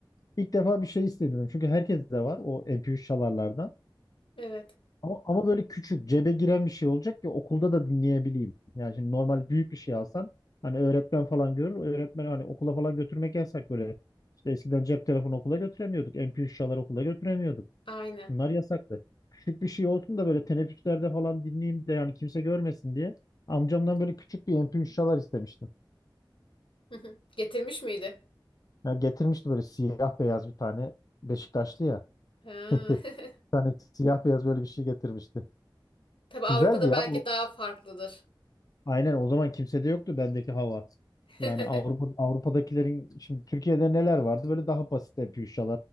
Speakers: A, on the left; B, on the left.
A: İlk defa bir şey istedim. Çünkü herkes de var o MP3 çalarlardan.
B: Evet.
A: Ama, ama böyle küçük cebe giren bir şey olacak ki okulda da dinleyebileyim. Yani şimdi normal büyük bir şey alsan hani öğretmen falan görür. Öğretmen hani okula falan götürmek yasak böyle. İşte eskiden cep telefonu okula götüremiyorduk. MP3 çalar okula götüremiyorduk.
B: Aynen.
A: Bunlar yasaktı. Küçük bir şey olsun da böyle teneffüslerde falan dinleyeyim de yani kimse görmesin diye. Amcamdan böyle küçük bir MP3 çalar istemiştim.
B: <laughs> Getirmiş miydi?
A: Ya getirmişti böyle siyah beyaz bir tane Beşiktaşlı ya.
B: Ha.
A: <laughs>
B: <laughs>
A: Bir tane siyah beyaz böyle bir şey getirmişti.
B: Tabii Avrupa'da
A: Güzeldi ya.
B: belki
A: O,
B: daha farklıdır.
A: Aynen o zaman kimsede yoktu bendeki hava.
B: <laughs>
A: Yani Avrupa Avrupa'dakilerin şimdi Türkiye'de neler vardı? Böyle daha basit MP3